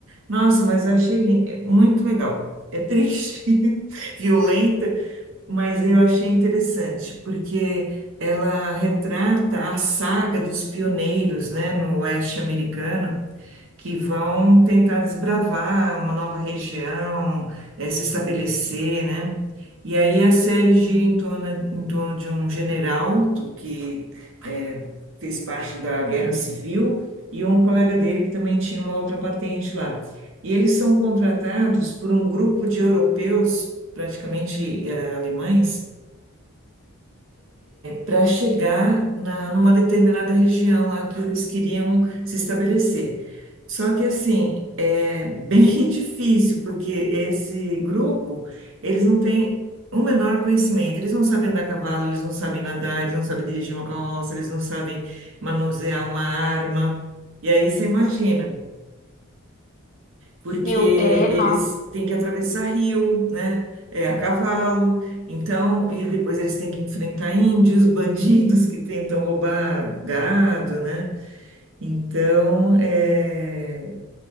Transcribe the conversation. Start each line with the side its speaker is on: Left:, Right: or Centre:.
Right: Nossa, mas eu achei lin- muito legal. É triste, <laughs> violenta, mas eu achei interessante, porque ela retrata a saga dos pioneiros, né, no oeste americano que vão tentar desbravar uma nova região, eh, se estabelecer, né? E aí a série gira em torno, em torno de um general do- que eh, fez parte da Guerra Civil e um colega dele que também tinha uma outra patente lá. E eles são contratados por um grupo de europeus, praticamente eh, alemães, para chegar na, numa determinada região lá que eles queriam se estabelecer. Só que assim, é bem <laughs> difícil, porque esse grupo, eles não têm o menor conhecimento, eles não sabem andar a cavalo, eles não sabem nadar, eles não sabem dirigir uma carroça, eles não sabem manusear uma arma. E aí você imagina porque
Left: Eu,
Right: eles
Left: é, nossa,
Right: têm que atravessar rio, né? É, a cavalo, então, e depois eles têm que enfrentar índios, bandidos que tentam roubar gado, né? Então, é,